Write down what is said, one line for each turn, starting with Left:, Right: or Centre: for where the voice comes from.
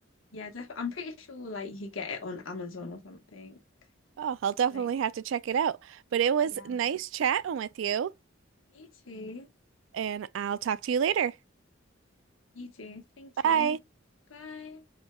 Left: Yeah, def I'm pretty sure like you get it on Amazon or something.
Right: Oh, I'll definitely
Left: Like,
Right: have to check it out. But it was
Left: yeah.
Right: nice chatting with you,
Left: You too.
Right: and I'll talk to you later.
Left: You too. Thank
Right: Bye.
Left: you. Bye.